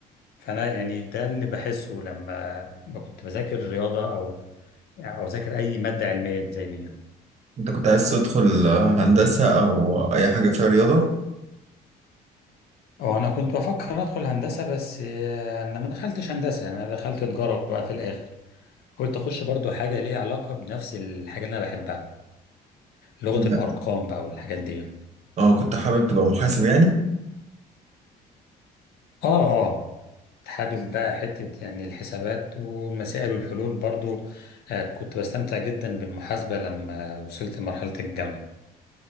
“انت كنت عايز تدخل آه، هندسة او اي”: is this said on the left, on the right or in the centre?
Right